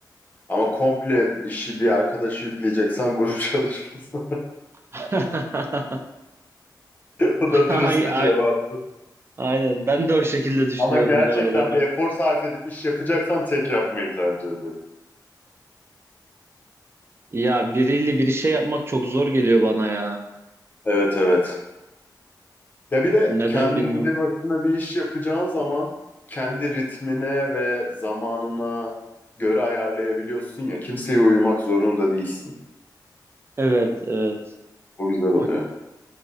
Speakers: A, on the left (about 25°); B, on the right (about 35°).
A: Ama komple işi bir arkadaşı yükleyeceksen grup çalışması. <laughs>
B: <laughs>
A: O da
B: Ay,
A: dürüst bir
B: ay,
A: cevap.
B: aynen. Ben de o şekilde düşünüyorum
A: Ama gerçekten
B: bu arada ben.
A: bir efor sarf edip iş yapacaksam tek yapmayı tercih ederim.
B: Ya biriyle bir şey yapmak çok zor geliyor bana ya.
A: Evet evet. Ya bir de
B: Neden
A: kendi
B: bilmiyorum.
A: başına bir iş yapacağın zaman kendi ritmine ve zamanına göre ayarlayabiliyorsun ya. Kimseye uyumak zorunda değilsin.
B: Evet, evet.
A: O güzel oluyor.
B: O